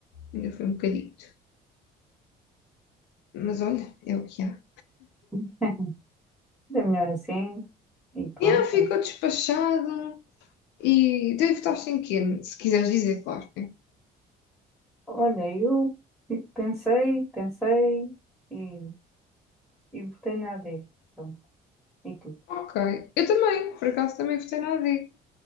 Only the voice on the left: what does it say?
Ainda foi um bocadito. Mas olha, é o que há.
Yeah,
ficou despachado. E então, e votaste em quê? Se quiseres dizer, claro. né?
Ok. Eu também, por acaso também votei na AD.